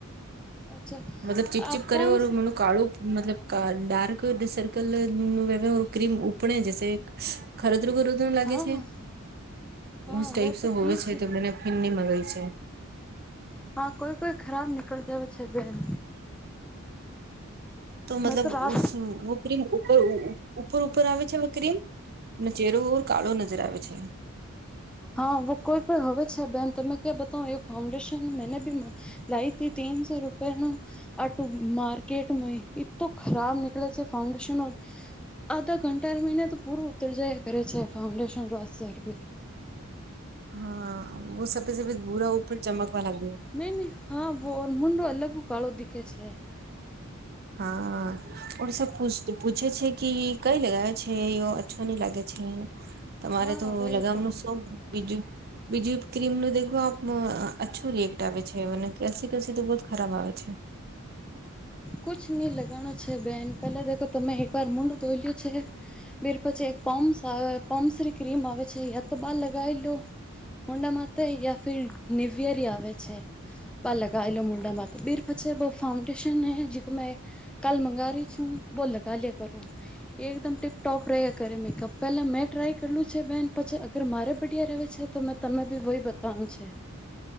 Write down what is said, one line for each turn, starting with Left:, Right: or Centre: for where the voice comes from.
Centre: અચ્છા
Right: મતલબ ચિપ
Centre: આપ
Right: ચિપ કરે
Centre: કોણ
Right: ઓ
Centre: છે
Right: મુ કાળુ મતલબ ડાર્ક સર્કલ ક્રીમ ઉપણે જ સે ખર તો ઘણું <unintelligible> મ લાગે
Centre: હા
Right: છે
Centre: હા
Right: ટાઈપ
Centre: વો તો
Right: હોવે
Centre: ઠીક
Right: છે તો મેને ફિન નની મગાવી છે <unintelligible>
Centre: હા કોઈ કોઈ ખરાબ નીકળ જ હો છે બેન.
Right: તો મતલબ
Centre: મેં રાત
Right: ઉસ વો ક્રીમ ઉપર ઉપર ઉપર આવે છે હવે ક્રીમ અને ચહેરોઓર કાળો નજર આવે છે.
Centre: હા કોઈ કોઈ હવે છે બેન તમે ક્યા બતાવ એ ફાઉન્ડેશન મેને બી લઇથી તીનસો રૂપિયા નું આ ટું માર્કેટ એક તો ખરાબ નીકળે છે ફાઉન્ડેશન ઓફ આધા ઘંટા મહિને તો પૂરું ઉતર જાય કરે છે ફાઉન્ડેશન રોસર ભી
Right: હા વ સફેદ સફેદ ભૂરા ઉપર ચમકવા લાગ્યો.
Centre: નઈ નઈ હા વો મુડો અલગ કાળો દીખે છે.
Right: હા ઓર સ પૂછ પૂછે છે કે કઈ લગાવે છે એ અ્છો નઈ લાગે છે તમારે
Centre: હા
Right: તો
Centre: હવે
Right: લગાવવાનું
Centre: એ તો
Right: શો બીજું બીજું ક્રીમ નું દેખો આપ અ્છું રિસલ્ટ આવે છે મને કે હસી કસી તો બ ખરાબ આવે છે.
Centre: કુછ નહી લગાણું છે બેન પેલા દેખો તમે એક વાર મુંડુ ધોઈલ્યું છે. બ પછી એક પમ્સ આવે પમ્સરી ક્રીમ આવે છે. તો બહાર લગાવી લો મોંડા મા થઈરી યા ફિર નિવયરી આવે છે પા લગાયલો મુંડા મા બીર પછ બ ફાઉડેશન હે. જે કો મેં કાલ મંગાવ ર છ હું વો લાગલિયા કરો. એ એકદમ ટીપટોપ રહ્યા કરે મેકઅપ પેલા મેં ટ્રાય કરલું છે બેન પછી અગર મારે બડિયા રહે છે તો મેં તમે બી હોય બતાવનું છે.